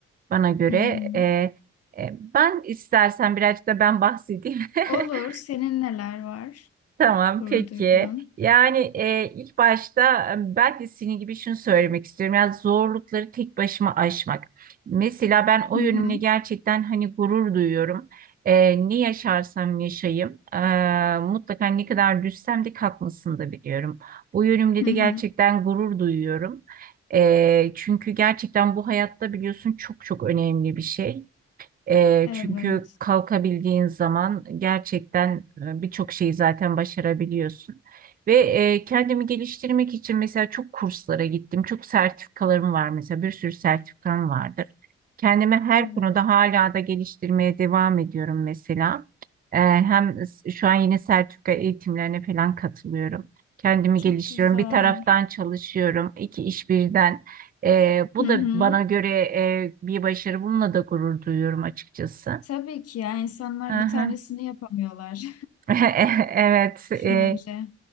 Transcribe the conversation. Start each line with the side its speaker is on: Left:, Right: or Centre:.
Right: bana göre.
Left: Hı hı.
Right: Ee, e, ben istersen birazcık da ben bahsedeyim.
Left: Olur.
Right: <laughs>
Left: Senin neler var?
Right: Tamam
Left: Gurur
Right: peki.
Left: duyduğun.
Right: Yani e, ilk başta e, ben de senin gibi şunu söylemek istiyorum. Yani zorlukları tek başıma aşmak. Mesela ben o
Left: Hı
Right: yönümle
Left: hı.
Right: gerçekten hani gurur duyuyorum. E, ne yaşarsam yaşayayım. e, mutlaka ne kadar düşsem de kalkmasını da biliyorum. Bu yönümle
Left: Hı
Right: de
Left: hı.
Right: gerçekten gurur duyuyorum. E, çünkü gerçekten bu hayatta biliyorsun çok çok önemli bir şey. E,
Left: Evet.
Right: çünkü kalkabildiğin zaman gerçekten e, birçok şeyi zaten başarabiliyorsun. Ve e, kendimi geliştirmek için mesela çok kurslara gittim. Çok sertifikalarım var mesela bir sürü sertifikam vardır. Kendimi her
Left: Evet.
Right: konuda hala da geliştirmeye devam ediyorum mesela. E, hem s- şu an yine sertifika eğitimlerine falan katılıyorum. Kendimi
Left: Çok
Right: geliştiriyorum.
Left: güzel.
Right: Bir taraftan çalışıyorum. iki iş birden. E, bu
Left: Hı hı.
Right: da bana göre e, bir başarı. Bununla da gurur duyuyorum açıkçası.
Left: Tabii ki ya insanlar
Right: Hı
Left: bir
Right: hı.
Left: tanesini yapamıyorlar
Right: <laughs> Evet.
Left: <laughs>
Right: e,
Left: düşününce.